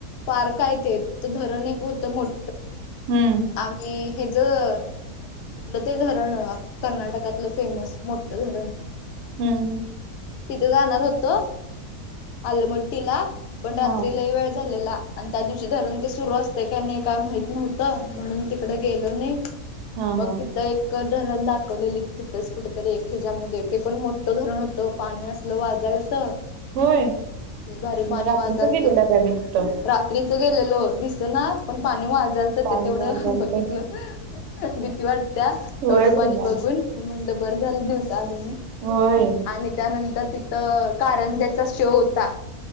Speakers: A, on the left (about 65°); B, on the right (about 65°).
A: पार्क आहे ते, तिथं धरण एक होतं मोठ,
B: हं...
A: आम्ही हे ज- ''कुठलं ते धरण, कर्नाटकातलं फेमस मोठं धरण. ''
B: हं...
A: ''तिथे जाणार होतो, आलमट्टीला, पण रात्री
B: हा
A: लय वेळ झालेला. '' आणि त्या दिवशी धरण ते सुरू असतय का नाई काय माहित नव्हतं म्हणून तिकडे गेलो नई,
B: हा
A: मग
B: हा
A: तिथं
B: हा
A: एक त्यात धरण दाखवलेलीत. तिथंच कुठतरी एक ह्याज्यामध्ये, ते पण मोठं धरण होतं. पाणी असं सलं वाजालत,
B: होय.
A: लय भारी पाणी
B: मग रात्रीच
A: वाजालत.
B: गेलेला काय मी तिथं.
A: रात्री गेलेलो. दिसना, पण पाणी वाजालत,
B: पाणी
A: ते तेवढं
B: वाजालत.
A: बघितल. भीती वाटत्या,
B: होय
A: एवढं पाणी
B: बई ना.
A: बघून. म्हणलं बर झालं दिवसा आलो नाय.
B: होय.
A: आणि त्यानंतर तिथं, कारंज्याचा शो होता.